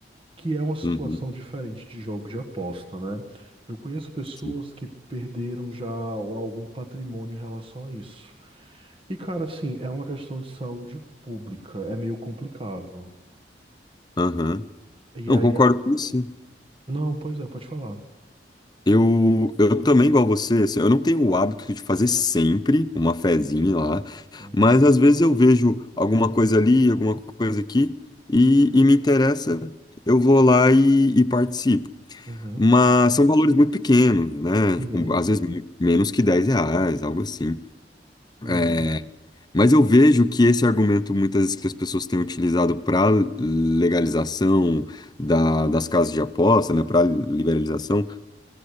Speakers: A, on the right; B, on the left.
A: que é uma situação
B: Uhum,
A: diferente de jogo de aposta, né? Eu conheço pessoas
B: sim.
A: que perderam já algum patrimônio em relação a isso. E, cara, assim, é uma questão de saúde pública, é meio complicado.
B: Aham.
A: E
B: Não,
A: aí,
B: concordo
A: é-
B: com você.
A: não, pois é, pode falar.
B: Eu, eu também, igual você, assim, eu não tenho o hábito de fazer sempre uma fezinha lá,
A: Uhum,
B: mas às vezes eu vejo alguma coisa ali, alguma coisa aqui, e, e me interessa, eu vou lá e, e participo.
A: uhum,
B: Mas são valores muito pequenos, né?
A: uhum,
B: Tipo, às vezes me- menos que 10 reais, algo assim.
A: uhum,
B: É, mas eu vejo que esse argumento, muitas vezes, que as pessoas têm utilizado para legalização da- das casas de aposta, né? Para liberalização